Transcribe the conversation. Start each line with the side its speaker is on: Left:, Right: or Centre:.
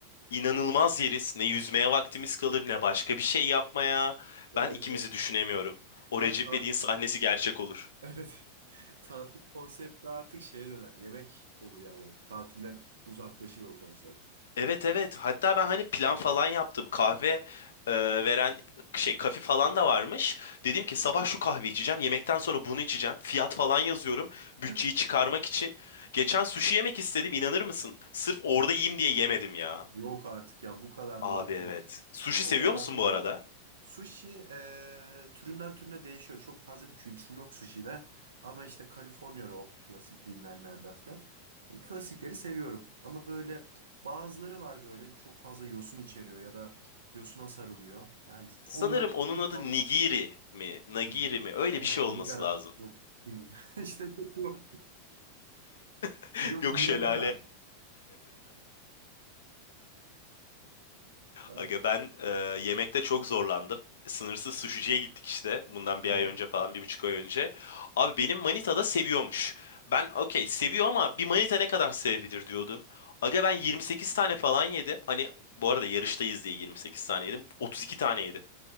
Left: İnanılmaz yeriz. Ne yüzmeye vaktimiz kalır ne başka bir şey yapmaya.
Right: Evet
Left: Ben ikimizi
Right: evet.
Left: düşünemiyorum. O
Right: Ya
Left: Recep
Right: ta.
Left: İvedik'in sahnesi gerçek olur.
Right: Evet. <laughs> Tatil konsepti artık şeye döner. Yemek olur yani. Tatilden uzaklaşır o konsept.
Left: Evet evet. Hatta ben hani plan falan yaptım. Kahve e, veren şey kafe falan da varmış. Dedim ki sabah şu kahve içeceğim. Yemekten sonra bunu içeceğim. Fiyat falan yazıyorum. Bütçeyi
Right: <laughs>
Left: çıkarmak için. Geçen sushi yemek istedim. inanır mısın? Sırf orada yiyeyim diye yemedim ya.
Right: Yok artık ya bu kadar
Left: Abi
Right: da olmuyor.
Left: evet. Sushi
Right: O
Left: seviyor
Right: kadar
Left: musun
Right: da olmuyor.
Left: bu arada?
Right: Sushi eee, türünden türüne değişiyor. Çok fazla bir kültürüm yok sushi'de. Ama işte California roll klasik bilinenlerden falan. Klasikleri seviyorum. Ama böyle bazıları var böyle çok fazla yosun içeriyor ya da yosuna sarılıyor. Yani işte
Left: Sanırım
Right: onlar
Left: onun
Right: hiç
Left: adı
Right: bana
Left: Nigiri mi? Nagiri
Right: Nig-
Left: mi? Öyle
Right: Nig-
Left: bir şey olması
Right: Nigara.
Left: lazım.
Right: Yok. Ni- <laughs> İşte çok yok.
Left: <laughs>
Right: Yok
Left: Yok
Right: Niagara.
Left: şelale.
Right: Ben-
Left: Aga ben e, yemekte çok zorlandım. Sınırsız suşiciye gittik işte. Bundan
Right: Aha.
Left: bir ay önce falan, bir buçuk ay önce. Abi benim manita da seviyormuş. Ben okey seviyor ama bir manita ne kadar sevebilir diyordum. Aga ben 28 tane falan yedim. Hani bu arada yarıştayız diye 28 tane yedim. 32 tane yedi.